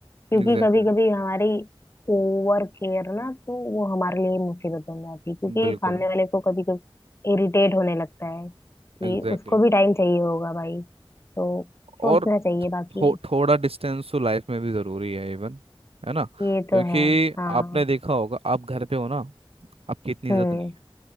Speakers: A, on the left; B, on the right.
A: क्योंकि
B: एग्जैक्टली
A: कभी कभी हमारी ओवर केयर ना तो वो हमारे लिए मुसीबत बन जाती है क्योंकि
B: exactly. बिल्कुल
A: सामने वाले को कभी कभी इरिटेट होने लगता है कि
B: एग्जैक्टली
A: उसको
B: exactly.
A: भी टाइम चाहिए होगा भाई तो सोचना
B: और
A: चाहिए
B: थो,
A: बाकी
B: थोड़ा डिस्टेंस तो लाइफ में भी ज़रूरी है इवन है ना
A: ये
B: क्योंकि
A: तो है हाँ
B: आपने देखा होगा आप घर पे हो ना आपकी इतनी इज्जत
A: हम्म
B: नहीं है